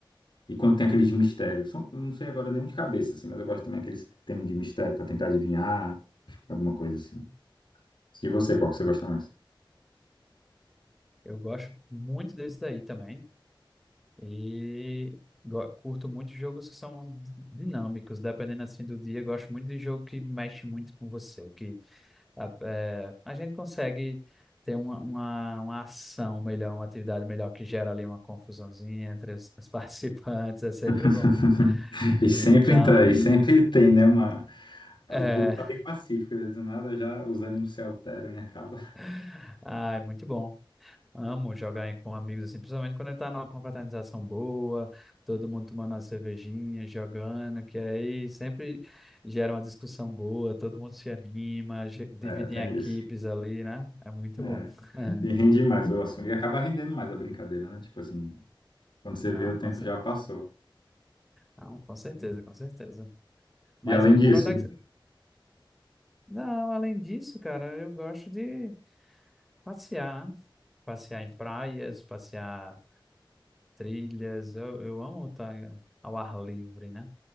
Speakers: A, on the left; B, in the centre.
A: E quando tem aqueles de mistério, são, eu não sei agora nenhum de cabeça, assim, mas eu gosto também aqueles que tem de mistério para tentar adivinhar, alguma coisa assim. E você, qual que você gosta mais?
B: Eu gosto muito desse daí também. E go- curto muito jogos que são dinâmicos, dependendo assim do dia. Gosto muito de jogo que mexe muito com você, que a, é, a gente consegue ter uma, uma, uma ação melhor, uma atividade melhor que gera ali uma confusãozinha entre os, os <laughs> participantes. É sempre
A: <laughs>
B: bom.
A: E sempre
B: Então,
A: entra, e sempre tem, né? Uma... O
B: é,
A: grupo tá bem pacífico, né? Do nada já os ânimos se alteram e acaba.
B: <laughs> ai, muito bom. Amo jogar em- com amigos assim, principalmente quando tá numa confraternização boa, todo mundo tomando uma cervejinha, jogando, que aí sempre gera uma discussão boa, todo mundo se anima, ge- divide
A: É, tem
B: em equipes
A: isso.
B: ali, né? É muito
A: É.
B: bom. <laughs>
A: E rende mais o assunto. E acaba rendendo mais a brincadeira, né? Tipo assim, quando você
B: Não,
A: vê, o tempo
B: com cer-
A: já passou.
B: Não, com certeza, com certeza. Mas
A: E além
B: on-
A: disso,
B: pra onde é que... você- Não, além disso, cara, eu gosto de passear, né? Passear em praias, passear trilhas. Eu, eu amo estar ao ar livre, né?